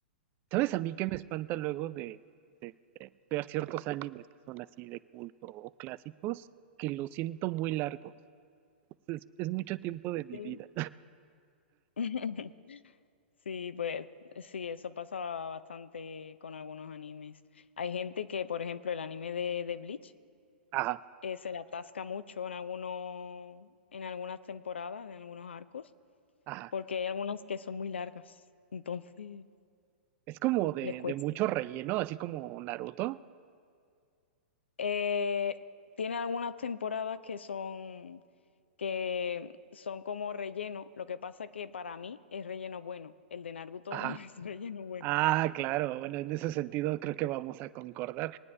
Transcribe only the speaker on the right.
¿Sabes a mí qué me espanta luego de, de- de ver ciertos animes que son así de culto o clásicos? Que los siento muy largos. Es, es mucho tiempo de mi
vida.
Ajá,
ajá.
Es como de,
de mucho relleno, así como Naruto.
Ajá.
Ah, claro. Bueno, en ese sentido creo que vamos a concordar.